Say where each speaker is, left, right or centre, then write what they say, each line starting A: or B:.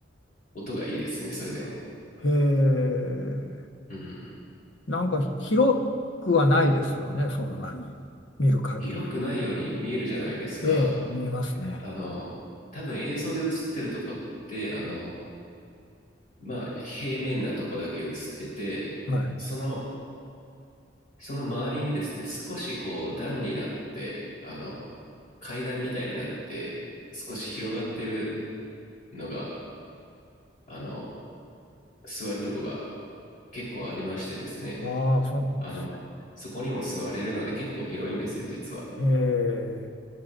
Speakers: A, on the left; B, on the left.
A: 音がいいですね、それでも。
B: う。へえ。
A: うん。
B: なんかひ広くはないですよね、そんなに。見る限り。
A: 広くないように見えるじゃないですか。
B: ええ、見えますね。
A: あの、多分映像で映ってるとこって、あの、まあ、平面なとこだけ映ってて、
B: はい。
A: その、その周りにですね、少しこう段になって、あの、階段みたいになって、少し広がってるのが、あの、座るとこが結構ありましてですね、
B: ああ、そうなんです
A: あの、そこにも座れるので結構広いんですよ、実は。
B: ね。へえ。